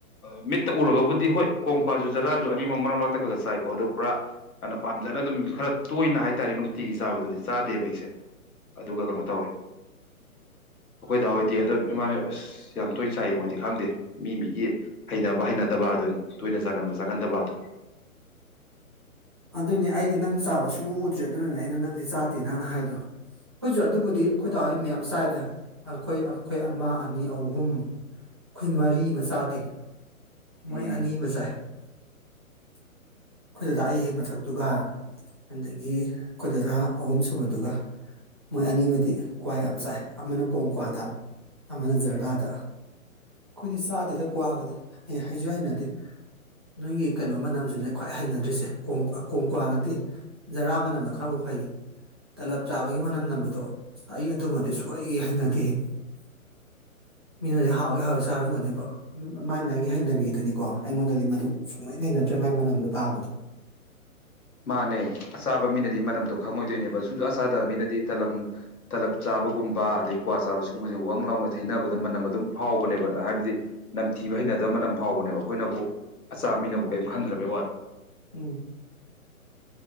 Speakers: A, on the left; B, on the right.
A: ꯃꯤꯠꯇ ꯎꯔꯒꯕꯨꯗꯤ ꯍꯣꯏ ꯀꯣꯝꯀꯥꯁꯨ ꯖꯥꯔꯗꯁꯨ ꯑꯅꯤꯃꯛ ꯃꯔꯛ ꯃꯔꯛꯇ ꯈꯔ ꯈꯔ ꯆꯥꯏꯀꯣ ꯑꯗꯣ ꯄꯨꯔꯥ ꯑꯅ ꯄꯥꯝꯖꯅ ꯑꯗꯨꯝ ꯈꯔ ꯇꯣꯏꯅ ꯍꯥꯏ ꯍꯥꯏꯇꯥꯔꯦ ꯅꯨꯡꯇꯤꯒꯤ ꯆꯥꯕꯗꯨꯗꯤ ꯆꯥꯗꯦꯕ ꯑꯩꯁꯦ ꯑꯗꯨꯒ ꯀꯩꯅꯣ ꯇꯧꯋꯦ ꯑꯩꯈꯣꯏꯗ ꯍꯧꯗꯤ ꯑꯗꯨꯝ ꯏꯃꯥ ꯑꯁ ꯌꯥꯝ ꯇꯣꯏꯅ ꯆꯥꯏꯌꯦ ꯃꯣꯏꯗꯤ ꯈꯪꯗꯦ ꯃꯤ ꯃꯤꯒꯤ ꯍꯩꯅꯕ ꯍꯩꯅꯗ ꯗꯕꯥꯗꯨꯅꯤ ꯇꯣꯏꯅ ꯆꯥꯒꯟꯕ ꯆꯥꯒꯟꯗꯕꯗꯨ
B: ꯑꯗꯨꯅꯦ ꯑꯩꯗꯤ ꯅꯪ ꯆꯥꯕ ꯁꯨꯡꯎ ꯎꯗ꯭ꯔꯤ ꯑꯗꯨꯅꯅꯦ ꯑꯩꯅ ꯅꯪꯗꯤ ꯆꯥꯗꯦꯅ ꯍꯥꯏꯗꯣ ꯑꯩꯈꯣꯏꯁꯨ ꯑꯗꯨꯕꯨꯗꯤ ꯑꯩꯈꯣꯏꯗꯍꯣꯏ ꯃꯌꯥꯝ ꯆꯥꯏꯗ ꯑꯩꯈꯣꯏ ꯑꯩꯈꯣꯏ ꯑꯃ ꯑꯅꯤ ꯑꯍꯨꯝ ꯈꯣꯏ ꯃꯔꯤꯃꯆꯥꯥꯗꯦ ꯃꯣꯏ
A: ꯎꯝ
B: ꯑꯅꯤ ꯃ ꯆꯥꯏ ꯑꯩꯈꯣꯏꯗꯗꯥ ꯑꯩ ꯍꯦꯛ ꯃꯊꯛꯇꯨꯒ ꯑꯗꯒꯤ ꯑꯩꯈꯣꯏꯗꯥꯗꯥ ꯑꯍꯨꯝꯁꯨꯨꯕꯗꯨꯒ ꯃꯣꯏ ꯑꯅꯤꯃꯗꯤ ꯀ꯭ꯋꯥ ꯌꯥꯝ ꯆꯥꯏ ꯑꯃꯅ ꯀꯣꯡꯀ꯭ꯋꯥꯗ ꯑꯃꯅ ꯖꯔꯗꯥꯗ ꯑꯩꯈꯣꯏꯗꯤ ꯆꯥꯗꯦꯗ ꯀ꯭ꯋꯥꯒꯗꯤ ꯑꯩ ꯍꯥꯏꯁꯨ ꯍꯩꯅꯗꯦ ꯅꯣꯏꯒꯤ ꯀꯩꯅꯣ ꯃꯅꯝꯁꯤꯅ ꯈ꯭ꯋꯥꯏ ꯍꯩꯅꯗ꯭ꯔꯤꯁꯦ ꯀꯣꯡꯀ꯭ꯥꯋ ꯅꯠꯇꯦ ꯖꯔꯥ ꯃꯅꯝꯅ ꯈꯔꯕꯨ ꯐꯩ ꯇꯂꯞ ꯆꯥꯕꯒꯤ ꯃꯅꯝ ꯅꯝꯕꯗꯣ ꯑꯁ ꯑꯩ ꯑꯗꯨꯃꯗꯤ ꯁꯨꯡꯍꯩ ꯍꯦꯛ ꯍꯩꯅꯗꯦꯍꯦ <inaudible> ꯃꯤꯅꯗꯤ ꯍꯥꯎꯋꯏ ꯍꯥꯎꯋꯏ ꯆꯥꯔꯝꯒꯅꯦꯕ ꯎ ꯃꯥꯏ ꯃꯥꯥꯏꯒꯤ ꯍꯩꯅꯕꯤꯗꯨꯅꯤꯀꯣ ꯑꯩꯉꯣꯟꯗꯗꯤ ꯃꯗꯨ ꯁꯨꯡꯍꯩ ꯍꯩꯅꯗꯦ ꯃꯥꯏ ꯃꯅꯝꯗꯣ ꯇꯥꯕꯗ
A: ꯃꯥꯅꯦ ꯑꯆꯥꯕ ꯃꯤꯅꯗꯤ ꯃꯅꯝꯗꯣ ꯈꯪꯉꯣꯏꯗꯣꯏꯅꯦꯕ ꯁꯨꯡꯁꯥ ꯆꯥꯗꯕ ꯃꯤꯅꯗꯤ ꯇꯂꯝ ꯇꯂꯞ ꯆꯥꯕꯒꯨꯝꯕ ꯑꯗꯩ ꯀ꯭ꯋꯥ ꯆꯥꯕ ꯁꯤꯒꯨꯝꯕꯁꯦ ꯋꯥꯪ ꯂꯥꯎꯅ ꯊꯩꯅꯕꯗ ꯃꯅꯝ ꯑꯗꯨꯝ ꯐꯥꯎꯕꯅꯦꯕꯅ ꯍꯥꯏꯕꯗꯤ ꯅꯝꯊꯤꯕ ꯍꯩꯅꯗꯕ ꯃꯅꯝ ꯐꯥꯎꯕꯅꯦꯕ ꯑꯩꯈꯣꯏꯅꯕꯨ ꯑꯆꯥ ꯃꯤꯅꯕꯨ ꯀꯔꯤꯝ ꯈꯟꯗ꯭ꯔꯕꯩ ꯋꯥꯅꯤ
B: ꯎꯝ